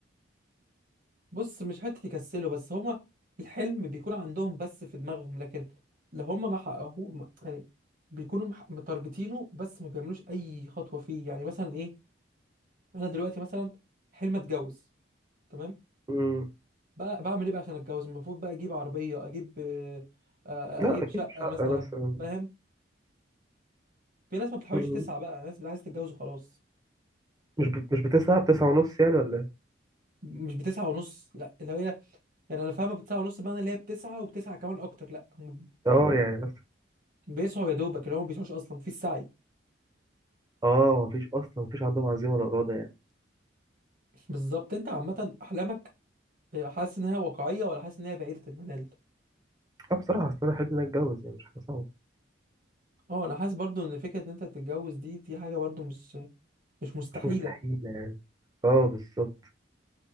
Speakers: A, on the right; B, on the right.
A: بص مش حتة يكسلوا بس هما الحلم بيكون عندهم بس في دماغهم لكن لو هما ما حققوه ما- يعني بيكونوا مح- متارجتينه بس ما بيعملوش أي خطوة فيه يعني مثلا إيه أنا دلوقتي مثلا حلم أتجوز تمام
B: امم
A: بقى بعمل إيه بقى عشان أتجوز المفروض بقى أجيب عربية أجيب آه، آه،
B: لا
A: أجيب
B: اكيد
A: شقة
B: شقه
A: مثلا
B: مثلا
A: فاهم في ناس ما بتحاولش
B: مم.
A: تسعى بقى ناس عايز تتجوز وخلاص
B: مش بت- مش بتسعى بتسعة ونص يعني ولا ايه
A: مش بتسعى ونص لا اللي هي يعني انا فاهمه بتسعى ونص بمعنى اللي هي بتسعى وبتسعى كمان اكتر لا هم
B: اه يعني مثلا
A: بيسعوا يا دوبك اللي هم ما بيسعوش اصلا في السعي
B: اه مفيش اصلا مفيش عندهم عزيمه ولا اراده يعني
A: <laughs> بالظبط انت عامه احلامك آه، حاسس ان هي واقعيه ولا حاسس ان هي بعيده المنال
B: اه بصراحه اصل انا احب ان أنا اتجوز يعني مش حاجه صعبه
A: اه انا حاسس برضو ان فكره ان انت تتجوز دي دي حاجه برضو مش مش مستحيله
B: مش مستحيل يعني اه بالظبط